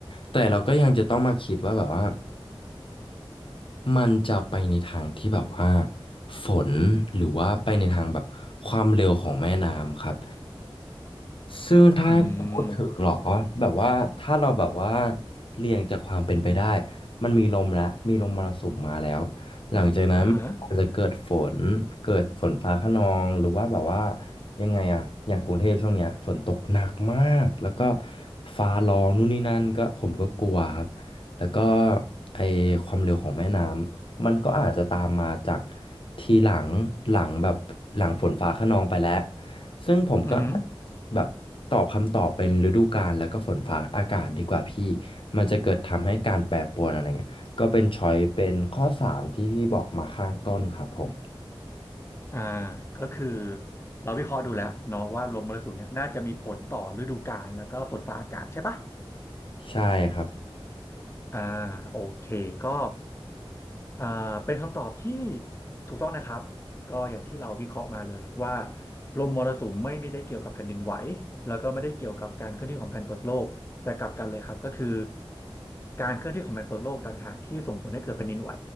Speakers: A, on the left; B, on the left.
A: แต่เราก็ยังจะต้องมาคิดว่าแบบว่ามันจะไปในทางที่แบบว่าฝนหรือว่าไปในทางแบบความเร็วของแม่น้ำครับ ซึ่งถ้าให้พูดถึงเหรอแบบว่าถ้าเราแบบว่า
B: อืม
A: เรียงจากความเป็นไปได้มันมีลมแล้วมีลมมรสุมมาแล้วหลังจากนั้นอาจจะเกิดฝนเกิดฝนฟ้าคะนองหรือว่าแบบว่า
B: อ่าฮะ
A: ยังไงอะอย่างกรุงเทพช่วงเนี้ยฝนตกหนักมากแล้วก็ฟ้าร้องนู่นนี่นั่นก็ผมก็กลัวครับแล้วก็ไอความเร็วของแม่น้ำมันก็อาจจะตามมาจากทีหลังหลังแบบหลังฝนฟ้าคะนองไปแล้ว ซึ่งผมก็
B: อือหือ
A: แบบตอบคำตอบเป็นฤดูกาลแล้วก็ฝนฟ้าอากาศดีกว่าพี่มันจะเกิดทำให้การแปรปรวนอะไรเงี้ยก็เป็นช้อยเป็นข้อสามที่พี่บอกมาข้างต้นครับผม
B: อ่าก็คือเราวิเคราะห์ดูแล้วเนาะว่าลมมรสุมเนี่ยน่าจะมีผลต่อฤดูกาลแล้วก็ฝนฟ้าอากาศใช่ปะ
A: ใช่ครับ
B: อ่าโอเคก็อ่าเป็นคำตอบที่ถูกต้องนะครับก็อย่างที่เราวิเคราะห์มาเลยว่าลมมรสุมไม่ไม่ได้เกี่ยวกับแผ่นดินไหวแล้วก็ไม่ได้เกี่ยวกับการเคลื่อนที่ของแผ่นเปลือกโลกแต่กลับกันเลยครับก็คือการเคลื่อนที่ของแผ่นเปลือกโลกต่างหากที่ส่งผลให้เกิดแผ่นดินไหว